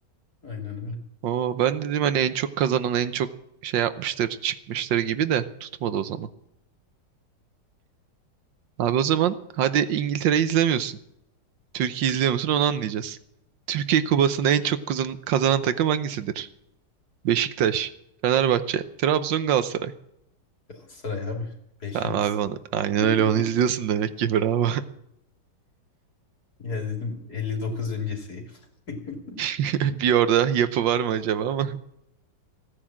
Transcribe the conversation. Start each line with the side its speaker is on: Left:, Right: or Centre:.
Left: Aynen öyle.
Right: Oo, ben dedim hani en çok kazanan en çok şey yapmıştır, çıkmıştır gibi de tutmadı o zaman. Abi o zaman hadi İngiltere'yi izlemiyorsun. Türkiye izliyor musun onu anlayacağız. Türkiye Kupası'nda en çok kazan- kazanan takım hangisidir? Beşiktaş, Fenerbahçe, Trabzon, Galatasaray.
Left: Galatasaray abi. Beş
Right: Tamam
Left: yıldız.
Right: abi onu. Aynen
Left: <laughs>
Right: öyle onu izliyorsun demek ki bravo.
Left: Ya dedim 59 öncesi. <laughs>
Right: <laughs> Bir orada yapı var mı acaba ama.